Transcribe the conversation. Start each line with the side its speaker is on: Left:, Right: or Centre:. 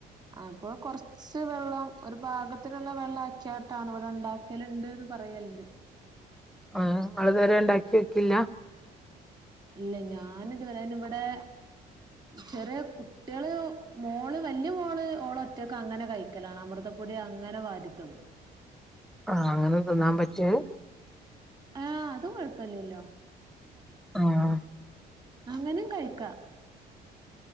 Right: അപ്പൊ കൊറച്ച് വെള്ളം ഒരു പാഗത്തിനുള്ള വെള്ളം ആക്കിയാട്ടാണ് ഇവിടെ ഉണ്ടാക്കലുണ്ട്ന്ന് പറയലിണ്ട്
Centre: ആ് നൾതുവരെ ഉണ്ടാക്കി നോക്കില്ല
Right: ഇല്ല ഞാനിത് വരെ ഇവിടെ ചെറിയ കുട്ടികള് മോള് വലിയ മോള് ഓള് ഒറ്റക്കെ അങ്ങനെ കഴിക്കലാണ് അമൃതപ്പൊടി അങ്ങനെ വാരിത്തിന്നും
Centre: ആഹ് അങ്ങനെ തിന്നാൻ പറ്റൊ അത്
Right: ആഹ് അത് കൊഴപ്പില്ലല്ലോ
Centre: ആഹ്
Right: അങ്ങനും കഴിക്കാ